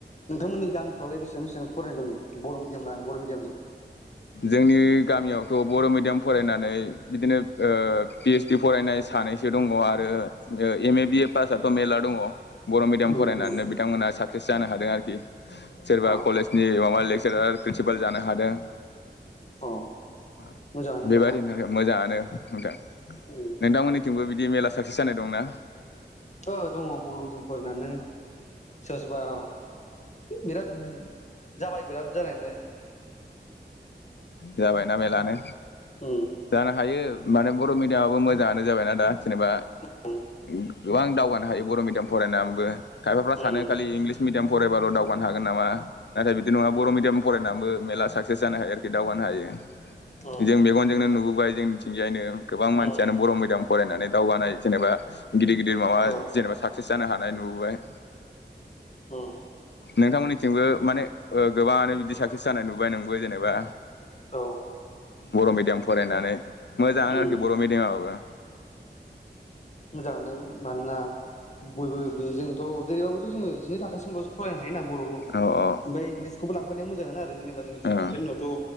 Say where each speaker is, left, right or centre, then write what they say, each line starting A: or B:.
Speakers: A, on the left; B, on the left.
A: नोंथांमोननि गामिफ्रावलाय बेसेबां बेसेबांसो फरायनाय दङ बर' मिडियाम ला बर' मिडियामजों?
B: जोंनि गामियावथ' बर' मिडियाम फरायनानै बिदिनो पि ओइस डि फरायनाय सानैसो दङ आरो एम ए बि ए पासआथ' मेरला दङ। बर' मिडियाम
A: उम
B: फरायनानैनो
A: उम
B: बिथांमोना साख सेस जानो हादों आरोखि। सोरबा
A: अ
B: कलेजनि माबा लेग सोरबा प्रिनसिपाल जानो हादों।
A: अ
B: मा
A: मोजाङानो होमबा
B: बेबादिनो
A: ना
B: मोजाङानो। नोंथां।
A: उम
B: नोंथांमोनि जोंबो बिदि मेल्ला साक्सेस जानाय दंना।
A: ओ दङ बर' मिडियाम फोरायनानो। सोरबा सोरबा है बिराद जाबाय बिराद। जानायनाय।
B: जाबायना मेरलानो।
A: उम
B: जानो हायो। माने बर' मिडियामाबो मोजाङानो जाबायनाा दा जेनेबा।
A: <unintelligible>
B: गोबां दावगानो हायो बर' मिडियाम फरायनानैबो। खायफाफ्रा
A: उम
B: सानो खालि इंलिस मिडियाम। फरायबाल' दावगानो हागोन नामा? नाथाय बिदि नांआ बर'
A: उम
B: मिडयाम फ बो मेरला सागसेस जानो हायो आरोखि दावगानो हायो।
A: उम
B: जों मेगनजोंनो नुबुग बाय जोंनिथिंजायनो। गोबां मानसियानो
A: उम
B: बर' मिडियाम फरायनानै दावगानाय जेनेबा। गिदिर गिदिर माबा
A: औ
B: जेनबा साकसेस जानो हा नाय नुबोबाय
A: उम।
B: नोंथांमोननिथिंबो माने ओ गोबाङानो बिदिसो साक्सेस जानाय नुबाय नोंबो जेनेबा
A: औ
B: बर' मिडियाम फरायनानै मोजांआनो
A: उम
B: आरोखि बर' मिडियामाबो
A: मोजाङानो मानोना बयबो बेजों थ' जेरैबाबोथ जोङो जिनै थाखासिमल'सो फरायना हायो ना बर'खौ
B: औ औ
A: ओमफाय इंग्लिसखौबो लांफानाय आं मोजांआनो आरो जेनेबा
B: ओं
A: जोङो जिनै थाखोनि उनावथ'